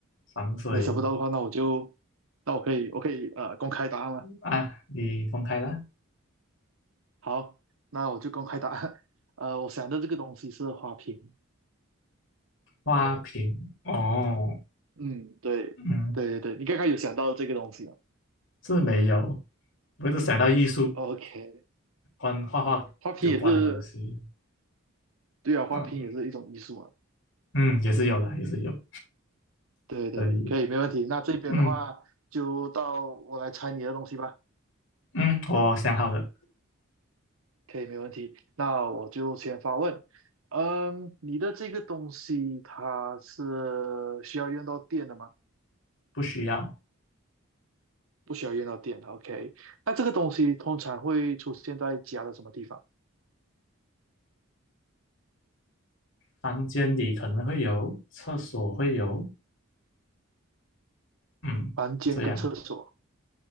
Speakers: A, on the left (about 60°); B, on the right (about 75°).
A: 防水
B: 那想不到的话，那我就那我可以我可以呃公开答案了。
A: 啊，你公开了
B: 好，那我就公开答案。<laughs> 呃，我想到这个东西是花瓶。
A: 花瓶哦，
B: 嗯，对对对对，
A: 嗯，
B: 你刚刚有想到这个东西吗
A: 是没有。我一直想到艺术
B: ？OK，
A: 关画画有关的东西，
B: 花瓶也是对啊，花瓶也是一种艺术嘛。
A: 嗯嗯，也是有啦，也是有，
B: 对对，
A: 可以，
B: 可以，没问题。那这边的话，
A: 嗯。
B: 就到我来猜你的东西吧。
A: 嗯，我想好了，
B: 可以，没问题。那我就先发问。嗯，你的这个东西它是需要用到电的吗？
A: 不需要。
B: 不需要用到电的 OK，那这个东西通常会出现在家的什么地方？
A: 房间里可能会有，厕所会有，嗯，
B: 房间跟厕所，
A: 这样。